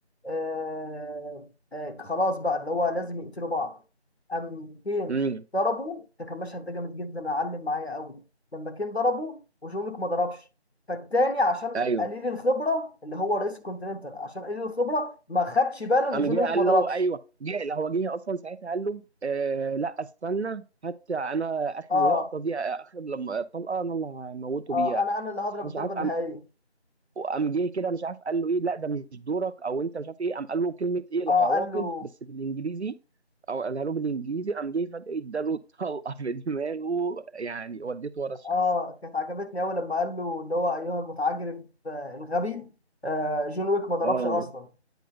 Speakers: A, on the left; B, on the right.
A: آه آه خلاص بقى اللي هو لازم يقتلوا بعض قام كين
B: امم
A: ضربه ده كان مشهد ده جامد جدا علم معايا قوي لما كين ضربه وجونك ما ضربش فالتاني عشان
B: ايوه
A: قليل الخبره اللي هو رئيس الكونتيننتال عشان قليل الخبره ما خدش باله ان
B: قام
A: جون
B: جه
A: ويك
B: قال
A: ما ضربش
B: له ايوه جه لا هو جه اصلا ساعتها قال له آه لا استنى حتى انا اخر
A: اه
B: لقطه دي اخر لما الطلقه انا اللي هموته
A: اه
B: بيها
A: انا انا اللي هضرب
B: فمش
A: الضربه
B: عارف قام
A: النهائيه
B: قام جه كده مش عارف قال له ايه لا ده مش دورك او انت مش عارف ايه قام قال له كلمه ايه العواقب
A: اه قال له
B: بس بالانجليزي او قالها له بالانجليزي قام جه فجاه اداله طلقه في دماغه يعني وديته ورا الشمس
A: اه كانت عجبتني قوي لما قال له اللي هو ايها المتعجرف آه الغبي آه جون ويك ما ضربش
B: اه
A: اصلا